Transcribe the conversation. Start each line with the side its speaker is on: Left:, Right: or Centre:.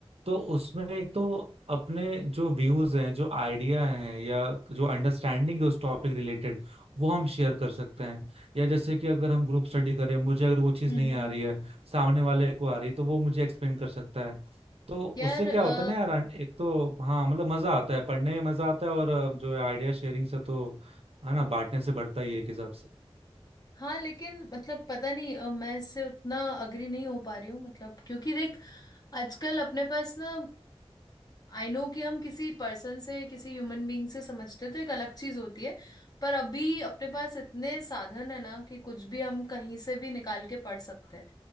Right: तो उसमें एक तो अपने जो व्यूज हैं जो आइडिया हैं या जो अंडरस्टैंडिंग है उस टॉपिक रिलेटेड वो हम शेयर कर सकते हैं या जैसे कि अगर हम ग्रुप स्टडी करें मुझे अगर वो चीज़
Left: हम्म
Right: नहीं
Left: हम्म।
Right: आ रही है सामने वाले को आ रही है तो वो मुझे एक्सप्लेन कर सकता है तो
Left: यार
Right: उससे क्या
Left: अ,
Right: होता है ना यार एक तो हाँ मतलब मजा आता है पढ़ने में मजा आता है और अ, जो है आइडिया शेयरिंग से तो है ना बांटने से बढ़ता ही है एक हिसाब से
Left: हाँ लेकिन मतलब पता नहीं अ, मैं इससे उतना अग्री नहीं हो पा रही हूँ मतलब क्योंकि देख आजकल अपने पास ना आई नो कि हम किसी पर्सन से किसी ह्यूमन बीइंग से समझते तो एक अलग चीज होती है पर अभी अपने पास इतने साधन है ना कि कुछ भी हम कहीं से भी निकाल के पढ़ सकते हैं